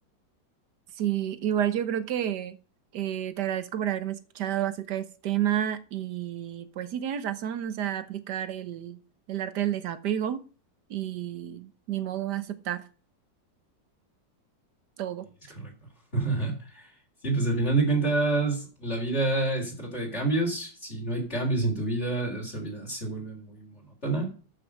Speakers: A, on the right; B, on the left.
A: Sí, igual yo creo que eh, te agradezco por haberme escuchado acerca de este tema y pues sí tienes razón, o sea, aplicar el, el arte del desapego y ni modo aceptar todo.
B: Sí, es correcto. <laughs> Sí, pues al final de cuentas, la vida se trata de cambios. Si no hay cambios en tu vida, nuestra vida se vuelve muy monótona.